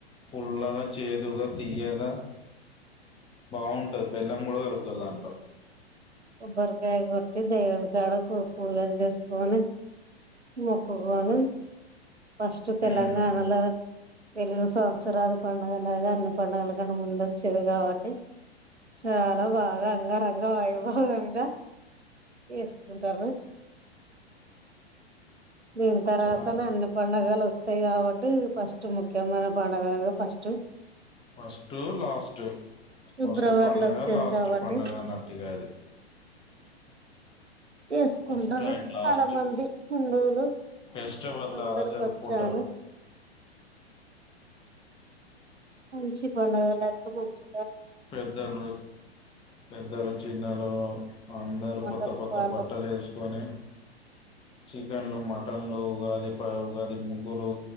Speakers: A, on the left; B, on the right.
A: పూల్లగా చేదుగా తీయగా బాగుంటుంది బెల్లం కూడా కలుపుతారు దాంట్లో
B: కోబ్బర్కాయ కొట్టి దేవు కాడకు పూలలు చేసుకొని ముక్కుని ఫస్ట్ తెలంగాణలో
A: మ్మ్
B: తెలుగు సంవత్స్సర పండుగ లాగా అన్ని పండుగలు కన్నా ముందు వచ్చేది కాబట్టి చాలా బాగా దా అంగ రంగ వైభవంగా చేసుకుంటారు దీని తర్వాత
A: చ
B: న అన పండగాలు వస్తాయి కాబట్టి ఫస్ట్ ముఖ్యమైన ప <unintelligible> ఫస్టు
A: ఫస్ట్ లాస్ట్
B: ఫిబ్రవరిలో
A: ఫస్ట్ పండగ
B: వచ్చేది
A: లాస్ట్
B: కాబట్టి
A: పండగ అన్నట్టుగా ఇగ అది.
B: చేసుకుంటరు
A: ఫస్ట్ అండ్ లాస్ట్
B: చాలా మంది హిందువులు
A: ఫెస్టివల్
B: అందరు
A: లాగా జరుపుకుంటారు
B: బచ్చాలు మంచి పండగలకు మంచి
A: పెద్దలు పెద్దలు చిన్నలు అందరు
B: మాటలు
A: కొత్త కొత్త
B: పాటలు
A: బట్టలు ఎస్కొని చికెన్లు, మటన్లు, ఉగాది ప ఉగాది ముగ్గులు,